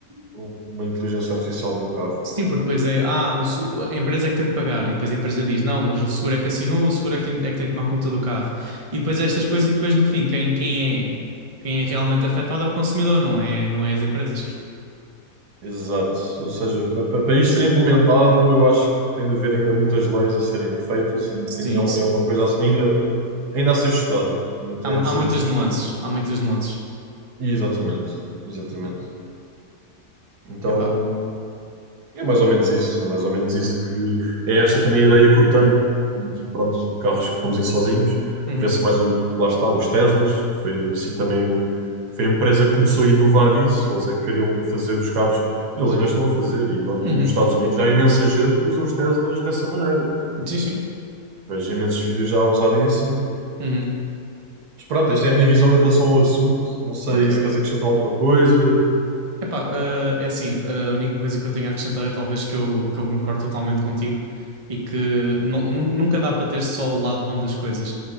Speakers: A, on the right; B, on the right.
A: por uma inteligência artificial de um carro.
B: Sim, porque depois é, ah, o se- a empresa é que tem de pagar, e depois a empresa diz, não, mas o seguro é que assinou, o seguro é que tem, é que tem de tomar conta do carro. E depois é estas coisas, e depois no fim, quem, quem é, quem é realmente afetado é o consumidor, não é, não é as empresas.
A: Exato. Ou seja, pa- pa- para isto ser implementado, eu acho que tem de haver ainda muitas leis a serem feitas e
B: Sim,
A: tem- é,
B: sim.
A: é uma coisa a- ainda, ainda a ser estudada. Ainda tem,
B: Há, mu-
A: precisa
B: há muitas
A: de ser
B: nuances,
A: estudada.
B: há muitas nuances.
A: Exatamente. Exatamente. Então,
B: Epá,
A: É mais ou menos isso, é mais ou menos isso que é esta também a ideia que eu tenho de, pronto, de carros que conduzem sozinhos,
B: uhum,
A: vê-se mais, o, lá está, os Teslas, que foi assim também, um- foi a empresa que começou a inovar isso, eles é que queriam fazer os carros e eles ainda estão a fazer, e, no-
B: uhum,
A: e nos Estados Unidos já há imensa gente que usa os Teslas dessa maneira,
B: sim, sim,
A: vejo imensos vídeos já a usarem assim.
B: uhum,
A: Mas pronto, esta é a minha visão em relação ao assunto, não sei
B: ok.
A: se queres acrescentar alguma coisa.
B: Epá, ah, é assim, eh, a única coisa que eu tenho a acrescentar é talvez que eu, que eu concordo totalmente contigo e que nu- nu- nunca dá para ter só o lado bom das coisas.